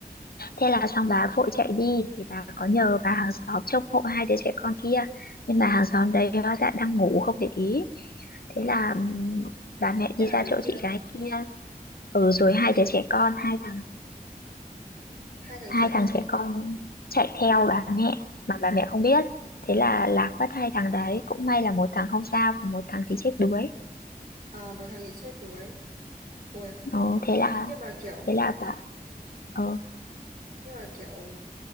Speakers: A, on the left (about 75°); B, on the right (about 65°).
A: Thế là xong
B: Ừ.
A: bà vội chạy đi thì bà có nhờ bà hàng xóm trông hộ hai đứa trẻ con kia nhưng bà hàng xóm đấy hóa ra đang ngủ không để ý thế là ừm, bà mẹ
B: thế
A: đi
B: là
A: ra
B: đứa
A: chỗ
B: kia
A: chị gái kia ừ rồi hai
B: thế là
A: đứa
B: được
A: trẻ con hai thằng
B: hai thằng
A: hai
B: trẻ
A: thằng
B: con
A: trẻ con chạy theo
B: bị
A: bà mẹ mà bà mẹ không biết thế là lạc mất hai thằng đấy cũng may là một thằng không sao còn một thằng thì chết đuối
B: à, một thằng thì chết đuối Ôi,
A: ừ, thế là
B: nhưng mà kiểu
A: thế là bà ờ
B: nhưng mà kiểu